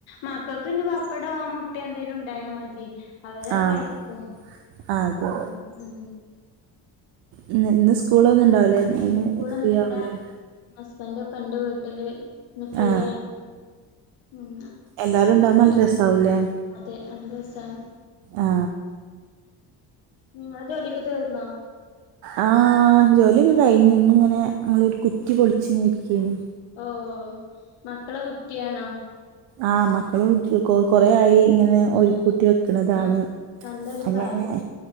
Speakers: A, on the left; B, on the right.
A: മക്കൾക്ക് ഇ പപ്പടം മുട്ട എന്തേലും ഉണ്ടായാ മതി അവടെ
B: ആഹ്
A: കഴിക്കും
B: ആ അതെ
A: ഉ ഉ
B: ഇന്ന് ഇന്ന് സ്കൂളൊന്നും ഉണ്ടാവൂലേ ഇന്ന്
A: സ്കൂളൊന്നല്ല
B: ഫ്രീ ആവൂലേ
A: ഹസ്ബൻഡ കണ്ട് വീട്ടില് ഇന്ന് ഫ്രീയാണ്
B: ആ
A: ഉം
B: എല്ലാരും ഉണ്ടാവുമ്പോ നല്ല രസാവൂലേ
A: അതെ നല്ല രസാ
B: ആ
A: ഉ അജോലിക്കെ തീർന്നോ
B: ആ ജോലിയൊക്കെ കഴിഞ്ഞഞ് ഇന്ന് ഇങ്ങനെ ഞങ്ങൾ ഒരു കുറ്റി പൊളിച്ചച്ച്ങ്ങനെ ഇരിക്കേന്
A: ഓ മക്കളെ കുറ്റിയാണോ
B: ആഹ മക്കള് കൊ കൊറ ആയി ഇങ്ങനെ ഒരു കുത്തി വെക്കുന്നതാണ്
A: ആഹ് നല്ലൊരു
B: അങ്ങനെ
A: കാര്യം